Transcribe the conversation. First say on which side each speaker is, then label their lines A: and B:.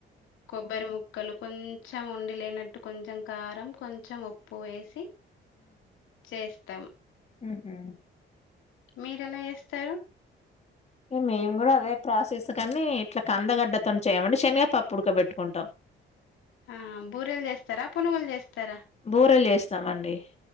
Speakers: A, on the left; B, on the left.
A: కొబ్బరి ముక్కలు కొంచెం ఉండి లేనట్టు కొంచెం కారం కొంచెం ఉప్పు ఎసి చేస్తం
B: మ్ హు
A: మీరెలా చెస్తరు
B: ఇగ మేము గూడా అదే ప్రాసెస్ కనీ ఇట్ల కందగడ్డతోని చేయమండి శనగా పప్పు ఉడక బెట్టుకుంటం
A: హ బూరెలు చేస్తరా పునుగులు చేస్తరా
B: బూరెలు చేస్తామండి.